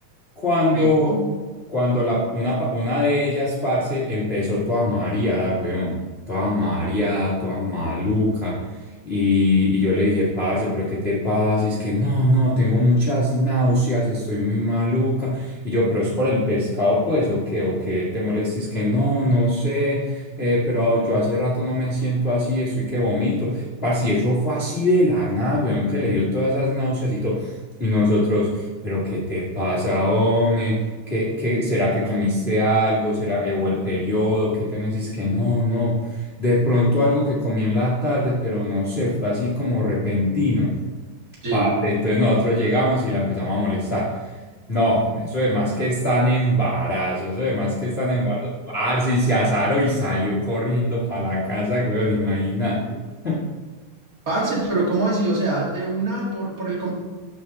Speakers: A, on the left; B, on the right.
A: Cuando,
B: rico,
A: cuando la, una, pa- una de ellas, parce, empezó toda mareada, weón. Toda mareada, toda maluca. Y, y yo le dije, parce, pero ¿qué te pasa? Y es que no, no, tengo muchas náuseas, estoy muy maluca. Y yo, pero es por el pescado, pues, o qué, o qué te molestes, que no, no sé, eh, pero yo hace rato no me siento así, estoy que vomito. Parce, y eso fue así de la nada, weón, que le dio todas esas náuseas y todo. Y nosotros, pero ¿qué te pasa, hombre? ¿Qué, qué, será que comiste algo? ¿Será, eh, o el periodo? ¿Qué tenés? Y es que no, no. De pronto algo que comí en la tarde, pero no sé, fue así como repentino.
B: sí.
A: Parce, entonces nosotros llegamos y la empezamos a molestar. No, eso de más que están embarazo, eso de más que están embarazo. Parce, y se azaró y salió corriendo para la casa, weón, imagínate. <laughs>
B: Parce, pero ¿cómo así? O sea, de una, por, por el